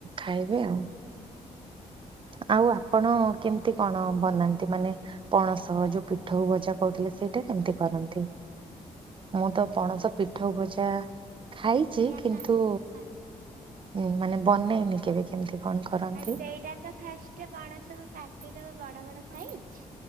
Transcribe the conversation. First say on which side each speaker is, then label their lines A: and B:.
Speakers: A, on the right; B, on the right.
A: ଖାଇବେ ଆଉ।
B: <inaudible>
A: ଆଉ ଆପଣ କେମିତି କଣ ବନାନ୍ତି ମାନେ ପଣସ ଯୋଉ ପିଠଉ ଭଜା କହୁଥିଲେ ସେଇଟା? କେମତି କରନ୍ତି ମୁଁ ତ ପଣସ ପିଠଉ ଭଜା ଖାଇଛି
B: ଜାଣିନା
A: କିନ୍ତୁ
B: ହଁ
A: ଏଇ ମାନେ ବନେଇନି କେବେ କେମତି କଣ କରନ୍ତି।
B: ଆଉ ସେଇଟା ତ ଫାଷ୍ଟ ପଣସକୁୁ କାଟିଦବ ବଡ ବଡ ସାଇଜ